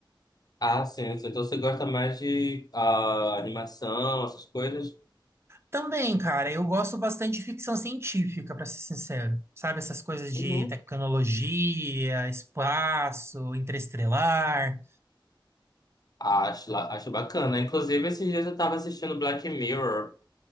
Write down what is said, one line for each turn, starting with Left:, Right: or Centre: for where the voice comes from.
Left: Ah, sim, sim. Então você gosta mais de ah, animação, essas coisas?
Right: Também, cara, eu gosto bastante de ficção científica, pra ser sincero. Sabe, essas coisas de
Left: Uhum.
Right: tecnologia, espaço, interestelar.
Left: Acho, la- acho bacana. Inclusive, esses dias eu tava assistindo Black Mirror.